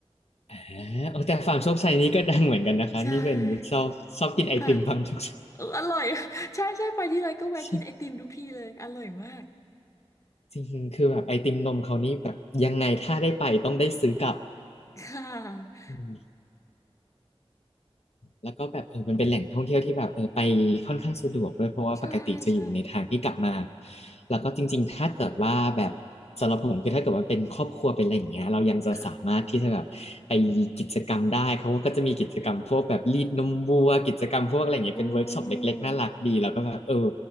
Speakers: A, on the left; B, on the left.
A: อ่าโอ้แต่ฟาร์มโชคชัยนี้ก็ดังเหมือนกันนะคะนี่เป็นชอบชอบกินไอติมฟาร์มโชคชัย
B: ใช่ ค่ะเอออร่อย <laughs> ใช่ใช่ไปที่ไรก็แวะกินไอติมทุกทีเลย
A: ใช่
B: อร่อยมาก
A: <laughs> จริงๆคือแบบไอติมนมเขานี่แบบยังไงถ้าได้ไปต้องได้ซื้อกลับ
B: ค่ะ
A: อืม แล้วก็แบบเออมันเป็นแหล่งท่องเที่ยวที่แบบเออไปค่อนข้างสะดวกด้วยเพราะว่าปกติจะอยู่ในทางที่กลับมา
B: ใช่ใช่
A: แล้วก็จริงๆถ้าเกิดว่าแบบสำหรับผมคือถ้าเกิดว่าเป็นครอบครัวเป็นอะไรอย่างเงี้ยเรายังจะสามารถที่จะแบบไปกิจกรรมได้เขาก็จะมีกิจกรรมพวกแบบรีดนมวัวกิจกรรมพวกอะไรอย่างเงี้ยเป็นเวิร์กช็อปเล็กๆน่ารักดีแล้วก็แบบเออ
B: ค่ะ อืม